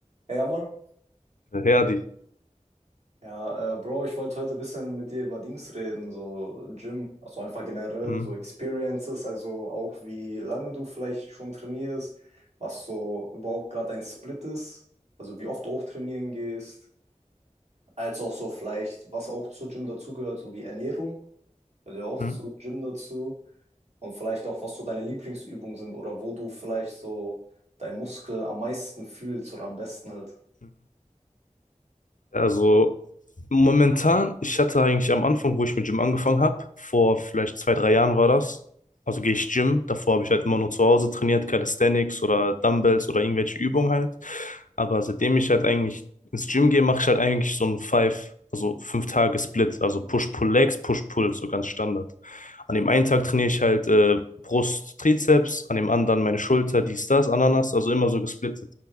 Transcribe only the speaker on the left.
Herdi.
Mhm.
Mhm.
Mhm. Also momentan, ich hatte eigentlich am Anfang, wo ich mit Gym angefangen habe, vor vielleicht zwei, drei Jahren war das, also gehe ich Gym. Davor habe ich halt immer nur zu Hause trainiert, Calisthenics oder Dumbbells oder irgendwelche Übungen halt. Aber seitdem ich halt eigentlich ins Gym gehe, mache ich halt eigentlich so einen Five, also fünf Tage Split, also Push-Pull-Legs, Push-Pull, so ganz Standard. An dem einen Tag trainiere ich halt äh, Brust, Trizeps, an dem anderen meine Schulter, dies, das, Ananas, also immer so gesplittet.